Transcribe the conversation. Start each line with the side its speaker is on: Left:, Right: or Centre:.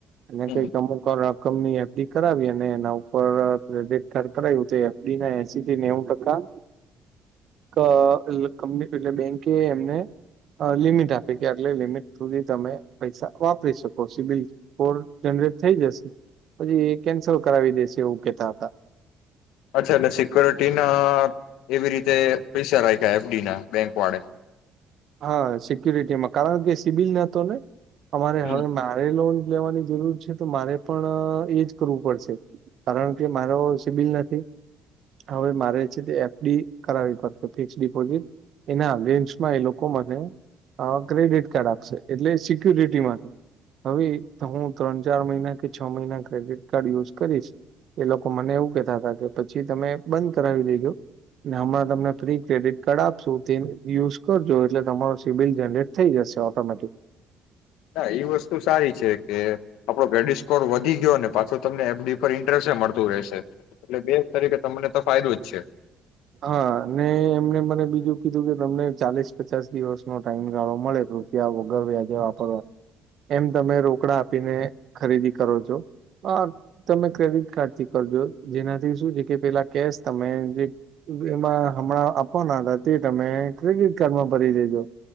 Right: અને
Left: હમ
Right: કઈ અમુક કો રાખ. કંપનીએ એફ ડી કરાવી અને એના ઉપર ક્રેડિટ કાર્ડ કરાયું તે એફ ડી ના એસી થી નેવું ટકા ત લ એટલે બેંકે એમને અ લિમિટ આપી કે એટલે લિમિટ સુધી તમે પૈસા વાપરી શકો સિબિલ કોડ જનરેટ થઈ જશે પછી એ કેન્સલ કરાવી દેશે એવું કેતા હતા.
Left: અચ્છા, એટલે સિક્યોરિટીના એવી રીતે પ્રેશર રાખ્યા. એફડી ના બેંક વાળે.
Right: હા, સિક્યુરિટીમાં કારણ કે સિવિલ ન હતો ને. અમારે
Left: હમ
Right: હવે મારે લો લેવાની જરૂર છે તો મારે પણ એજ કરવું પડશે, કારણ કે મારો સિબિલ નથી. હવે મારે છે તે એફડી કરાવવી પડશે, ફિક્સ ડિપોઝિટ એના અગેન્સ્ટમાં એ લોક લોકો મને ક્રેડિટ કાર્ડ આપશે, એટલે સિક્યુરિટી માટે હવે હું ત્રણ ચાર મહિના કે છ મહિના ક્રેડિટ કાર્ડ યુઝ કરીશ. એ લોકો મને એવું કહેતા હતા કે પછી તમે બંધ કરાવી દેજો ને, હમણાં તમને ફ્રી ક્રેડિટ કાર્ડ આપશો તે યુઝ કરજો. એટલે તમારું સીબિલ જનરેટ થઈ જશે ઓટોમેટિક.
Left: ના, એ વસ્તુ સારી છે કે આપડો વેડીસનલ સ્કોર વધી ગયો, પાછો તમને એફડી પર ઇન્ટરેસ્ટ મળતું રહેશે, એટલે બે તરીકે તમને તો ફાયદો જ છે.
Right: હા, અનેને એમને મને બીજું કીધું કે તમને ચાલીસ પચાસ દિવસનો ટાઈમ ગાળો મળે રૂપિયા વગર વ્યાજે વાપરવા, એમ તમે રોકડા આપીને ખરીદી કરો છો, તમે ક્રેડિટ કાર્ડથી કરજો, જેનાથી શું છે કે પેલા કેશ તમે જે એમાં હમણાં આપવાના હતા તે તમે ક્રેડિટ કાર્ડમાં ભરી દેજો,